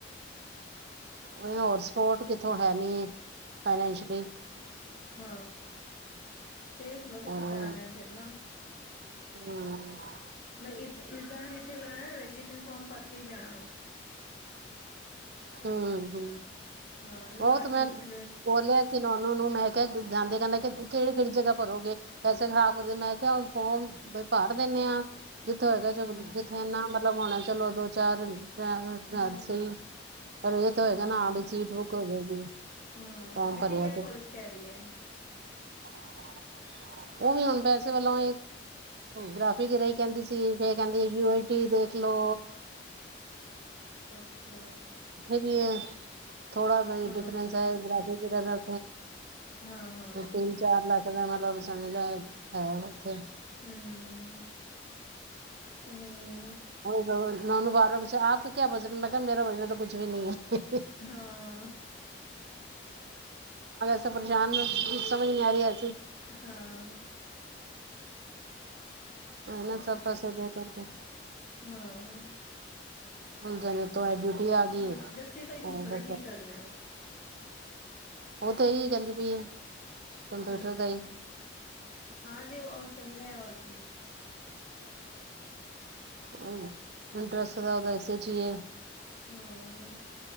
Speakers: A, on the right; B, on the left.
A: ਹੋਰ ਸਪੋਟ ਕਿਥੋਂ ਹੈ ਨੀ ਫਾਈਨਸ਼ਲੀ।
B: ਹਾਂ ਦੇਖਲੋ ਕਿੱਥੇ
A: ਹੂੰ
B: ਕਰਾਣਾ ਫਿਰ ਨਾ
A: ਹੂੰ
B: ਇਸਦਾ ਨਾ ਜਿੱਥੇ ਕਰਾਣਾ ਨਾ ਸੇਸ਼ਨ ਫੋਮ ਭਰ ਕੇ ਹੀ ਜਾਣਾ
A: ਹਮ ਹਮ
B: ਹਾਂ
A: ਉਹ
B: ਬਾਅਦ
A: ਤੇ
B: ਚ
A: ਮੈਂ
B: ਮੁਸ਼ਕਿਲ ਹੋਏ
A: ਬੋਲਿਆ ਸੀ ਨਨੂੰ ਨੂੰ ਮੈਂ ਕਿਹਾ ਜਾਂਦੇ ਕਹਿੰਦਾ ਕਿ ਕਿਹੜੀ ਕਿਹੜੀ ਜਗ੍ਹਾ ਭਰੋਗੇ ਪੈਸੇ ਖ਼ਰਾਬ ਕਰਦੇ ਮੈਂ ਕਿਹਾ ਹੁਣ ਫੋਮ ਭਰ ਦਿੰਦੇ ਹਾਂ ਜਿੱਥੋਂ ਹੈਗਾ ਜਗ
B: ਹਾਂ
A: ਜਿੱਥੇ ਲਗਾਉਣਾ ਚਲੋ ਦੋ ਚਾਰ ਰ
B: ਹੂੰ,
A: ਸਹੀ ਪਰ ਇਹ ਤਾਂ ਹੋਏਗਾ
B: ਹਾਂ
A: ਨਾ ਵੀ ਸੀਟ ਬੁੱਕ ਹੋ ਜਾਏਗੀ
B: ਹਾਂ
A: ਫੋਰਮ
B: ਬੇਟੀ
A: ਭਰਿਆ
B: ਕਿਹੜੇ
A: ਤੇ
B: ਕੋਾਲਜ ਕਹਿ ਰਹੀ ਹੈ
A: ਉਹ ਵੀ ਹੁਣ ਪੈਸੇ ਵੱਲੋਂ ਗ੍ਰਾਫਿਕ ਰਹੀ ਕਹਿੰਦੀ ਸੀ ਫੇਿਰ ਕਹਿੰਦੀ ਯੂ ਆਈ ਟੀ ਦੇਖ ਲੋ
B: ਅੱਛਾ
A: ਕੀਆ ਥੋੜਾ ਬਈ
B: ਹਾਂ,
A: ਡਿਫਰੈਂਸ ਹੈ ਗੀ ਹਮ
B: ਹਾਂ, ਹਾਂ
A: ਤਿੰਨ ਚਾਰ ਲੱਖ ਦਾ ਮਤਲਬ ਸੁਣੇ ਦਾ ਹੈ ਉੱਥੇ
B: ਹਮ ਤੇ ਨਾ
A: ਹੋਰ ਨੌ ਨੂੰ ਬਾਰਾਂ ਬਜੇ ਆਪ ਕਿਆ ਵਜਨਟ ਮੈਂ ਕਿਹਾ ਮੇਰਾ ਵਜਨ ਕੁਛ ਵੀ ਨਹੀਂ ਹੈ
B: ਹਾਂ
A: ਸ ਪਰੇਸ਼ਾਨ ਸਮਝ ਨਹੀਂ ਆ ਰਿਹਾ
B: ਹਾਂ
A: ਹਨ ਨਾ
B: ਉਹੀ
A: ਸਭ
B: ਤਾਂ
A: ਪੈਸੇ ਦੇ ਕਰਕੇ
B: ਹਾਂ,
A: ਜਾਣੇ ਤ ਡਿਊਟੀ ਆ ਗਈ
B: ਹਾਂ ਜੱਸੀ ਤੋਂ ਹੀ
A: ਉਹ
B: ਪੁੱਛੋ ਨਾ ਕੀ ਕਰਨਾ ਹੈ?
A: ਤਾਂ ਇਹੀ ਕਹਿੰਦੀ ਪਈ ਕੰਪਿਊਟਰ
B: ਅੱਛਾ
A: ਦਾ ਹੀ
B: ਹਾਂ ਨਹੀਂ ਬਹੁਤ ਚੰਗਾ ਹੈ ਰ ਓਕੇ
A: ਹਮ ਇੰਟਰਰਸ ਦਾ ਉਹਦਾ ਐਸੇ ਚੀਏ
B: ਹਾਂ